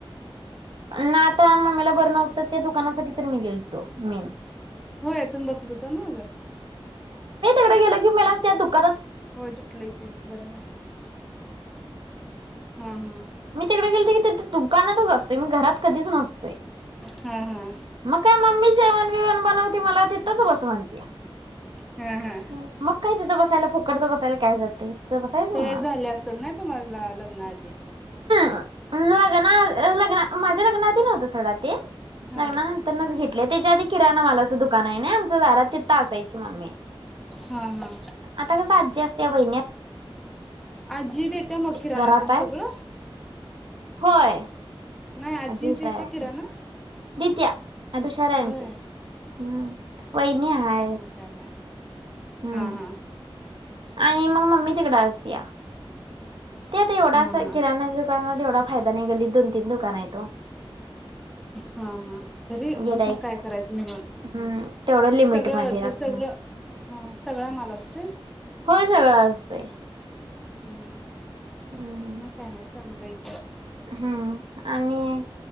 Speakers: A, on the right; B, in the centre.
A: ना आता मम्मीला बरं नव्हतं ते दुकानासाठी तर मी गेल तो मी
B: होय तुम्ही बसत होता मग
A: तिकडं गेल की मलाच त्या दुक
B: होय तुटलंय तेे गरम आहे. हम हम्.
A: मी तिकडे गेल दुकानातच असतोय मी घरात कधीच नसतोय.
B: हा हा.
A: मग काय मम्मी जेवण बेवण बनवते मला तिथंच बस म्हनत्या.
B: हा हा
A: हो म काय. बसायला फुकटचं बसायला काय जातंय. तिथं बसायचं
B: सवय
A: निवांत.
B: झाली असल ना तुम्हाला लग्नाआधी
A: अ लग्ना लग्न माझ्या लग्ना नव्हतं सोडा ते
B: हा
A: लाग्ना नंतरनच घेतलय त्याच्या आधी किराणा मालाचं दुकान आहे ना आमचं दारात तित्ता असाय ची मम्मी,
B: हा हा
A: आता कसं अडजस्ट होईने
B: आज्जी देते मग किराणा
A: घरात
B: तेन
A: आहे
B: सगळं?
A: होय
B: नाही आज्जी
A: आजी हुशार
B: देते
A: आहे आमची
B: किराणा.
A: दित्या. <unintelligible> हाय
B: होय
A: आमची हम्म वहिनी हाय
B: हम्म
A: हम्म.
B: मग काय नाही हा हा
A: आणि म मम्मी तिकडं असत्या. त्यात एवढासा
B: हा हा
A: किराणाच दुकान व तेवढा फायदा नाही गल्लीत दोन तीन दुकानं आयेत ओ.
B: हां हां तरी
A: गिराईक
B: बसून काय करायचं म्हणून
A: हम्म तेवढं लिमिटमध्ये
B: सगळं ते
A: असणं
B: सगळं हां सगळा माल असते.
A: होय सगळं असतंय
B: हा हा
A: हम्म
B: मग काय नाय चांगलं एक
A: हम्म आणि